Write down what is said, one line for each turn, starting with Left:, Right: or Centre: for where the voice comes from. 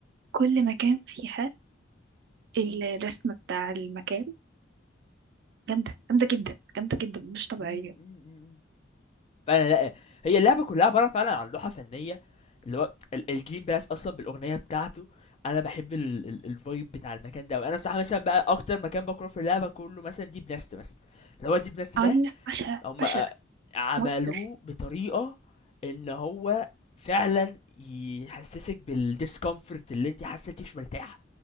Right: كل مكان فيها الرسمة بتاع المكان جامدة جامدة جدا جامدة جدا مش طبيعية
Left: مم، مم، مم. فعلا لا هي اللعبة كلها عبارة فعلا عن لوحة فنية اللي هو ال- الجرين باث أصلا بالأغنية بتاعته أنا بحب ال- ال- الفايب بتاع المكان ده وأنا صح مثلا بقى أكتر مكان بكره في اللعبة كله مثلا ديب نست مثلا اللي هو ديب نست
Right: اه
Left: ده
Right: دي ناس بشع
Left: هم
Right: بشع
Left: آه، عملوه
Right: موتر
Left: بطريقة ان هو فعلا يحسسك بالديسكومفورت اللي انت حاسه انت مش مرتاحه